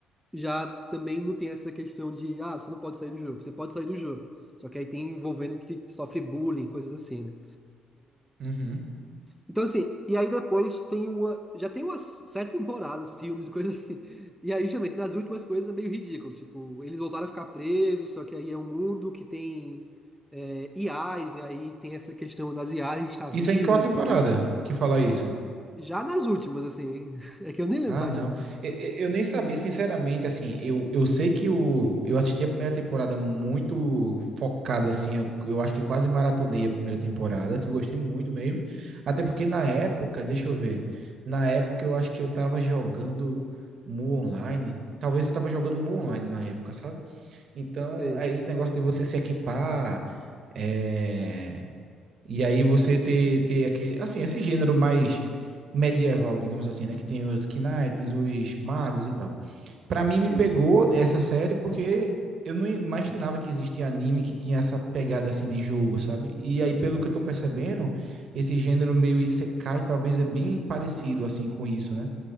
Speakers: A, in the centre; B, on the right.
A: já também não tem essa questão de, ah, você não pode sair do jogo, você pode sair do jogo. Só que aí tem envolvendo que sofre bullying, coisas assim, né?
B: Uhum.
A: Então, assim, e aí depois tem uma. Já tem umas sete temporadas, filmes, <laughs> e coisas assim. E aí, justamente, nas últimas coisas é meio ridículo. Tipo, eles voltaram a ficar presos, só que aí é um mundo que tem é, IAs, e aí tem essa questão das IAs que está viva.
B: Isso é em qual temporada
A: Então,
B: que fala isso?
A: já nas últimas, assim. <laughs> É que eu nem lembro
B: Ah,
A: mais.
B: não.
A: Já...
B: Eu, eu nem sabia, sinceramente, assim, eu, eu sei que o, eu assisti a primeira temporada muito focado, assim, eu, eu acho que quase maratonei a primeira temporada, que eu gostei muito mesmo. Até porque na época, deixa eu ver, na época eu acho que eu tava jogando Mu Online, talvez eu tava jogando Mu Online na época, sabe? Então,
A: Sei.
B: é esse negócio de você se equipar, é... E aí você ter, ter aquele, assim, esse gênero mais medieval, digamos assim, né? Que tem os knights, os magos e tal. Pra mim
A: Isso.
B: me pegou essa série porque eu não imaginava que existia anime que tinha essa pegada assim de jogo, sabe? E aí, pelo que eu tô percebendo, esse gênero meio isekai talvez é bem parecido assim com isso, né?